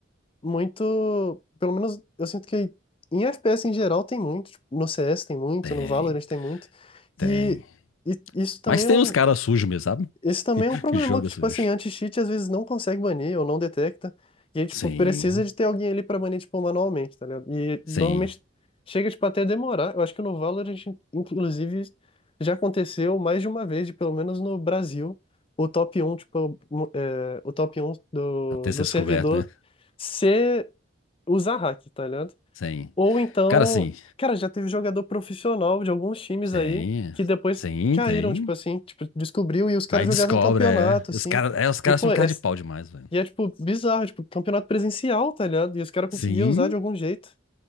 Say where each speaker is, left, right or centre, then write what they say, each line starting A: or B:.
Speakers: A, on the left; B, on the left.
A: muito... Pelo menos, eu sinto que em FPS em geral tem muito. tipo, no CS tem muito,
B: Tem,
A: no Valorant tem muito.
B: tem.
A: E, e isso também
B: Mas tem
A: é um,
B: os caras sujos mesmo, sabe?
A: esse também é um problema
B: Que joga
A: que,
B: sujo.
A: tipo assim, anti-cheat às vezes não consegue banir ou não detecta. E aí, tipo,
B: Sim,
A: precisa de ter alguém ali pra banir, tipo, manualmente, tá ligado? E
B: sim.
A: normalmente chega, tipo, até demorar. Eu acho que no Valorant, inclusive, já aconteceu mais de uma vez, de, pelo menos no Brasil, o top um tipo, mo- é, o top um do,
B: Até
A: do
B: ser descoberto,
A: servidor
B: né?
A: ser usar hack, tá ligado?
B: Sim.
A: Ou então,
B: Cara, assim,
A: cara, já teve jogador profissional de alguns times
B: Sim,
A: aí que depois
B: sim,
A: caíram,
B: tem.
A: tipo assim, tipo, descobriu e os caras
B: Aí
A: jogavam
B: descobre,
A: em campeonato,
B: é.
A: assim.
B: E os caras, é, os caras
A: E, pô,
B: são um
A: é,
B: cara de pau demais, velho.
A: e é, tipo, bizarro, tipo, campeonato presencial, tá ligado? E os caras
B: Sim,
A: conseguiam usar de algum jeito.